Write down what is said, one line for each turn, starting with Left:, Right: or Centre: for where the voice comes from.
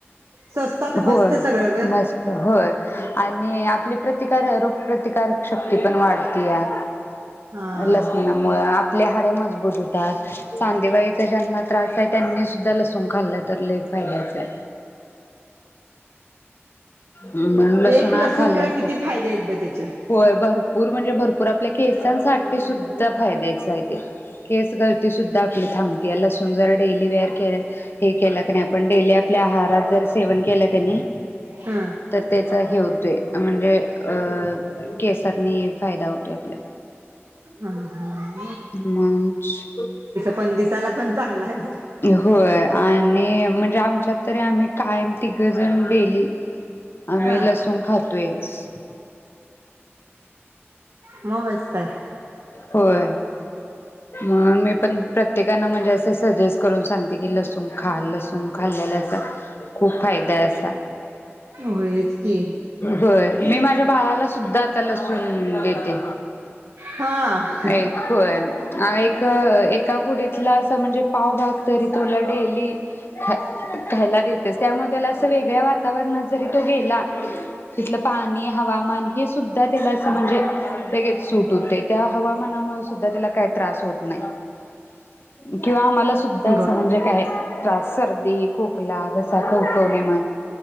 Right: स्वस्तात मस्त
Left: होय,
Right: सगळं ग
Left: मस्त, होय आणि आपली प्रतिकार रोग प्रतिकारक शक्ती पण वाढत्या
Right: हा.
Left: लसणामुळं आप आपली हाड मजबूत होतात, सांदीेवाईचा ज्यांना त्रास आहे त्यांनी सुद्धा लसूण खाल्लं तर लई फायद्याच आहे म्हणून
Right: एक
Left: लसूण हा खाल्लाच
Right: खरं किती
Left: पाहिजे
Right: फायदे आहेत ब त्याचे
Left: होय भरपूर म्हणजे भर पर आपल्या केसांसाठी सुद्धा फायद्याच आहे ते केस गळती सुद्धा आपली थांबते लसूण जर डेअली वेअर केला हे केला की नाही आपण डेअली आपल्या आहारात जर सेवन केलं की नई
Right: हा.
Left: तर त्याच हे होतोय म्हणजे अ केसातनी फायदा होतोय आपल्या
Right: हा, हा
Left: म्हणूनच
Right: पण दिसायला पण चांगला आणि
Left: होय आणि म्हणजे आप आमच्यात तरी आम्ही कायम तिघजण डेली आम्ही
Right: हा
Left: लसूण खातोयचं
Right: मग मस्त आहे
Left: होय मग मी पण प्रत्येकान म्हणजे असं सजेस्ट करून सांगते की लसूण खा लसूण खाल्लेलाचा खूप फायदाय असा
Right: होयच की
Left: होय मी माझ्या बाळाला सुद्धा आता लसूण देते
Right: हा हा
Left: एक होय अं एक एका कुडीतला अस म्हणजे पावभाग तरी तुला डेली खायला देतेच त्यामुळे त्याला अस वेगळ्या वातावरणात जरी तो गेला तिथलं पाणी, हवामान हे सुद्धा त्याला असं म्हणजे लगेच सूट होते त्या हवामानामुळे सुधा त्याला काही त्रास होत नाही किंवा मला सुद्धा असं
Right: बर
Left: म्हणजे काय त्रास सर्दी, खोकला, घसा खवखवणे म्हण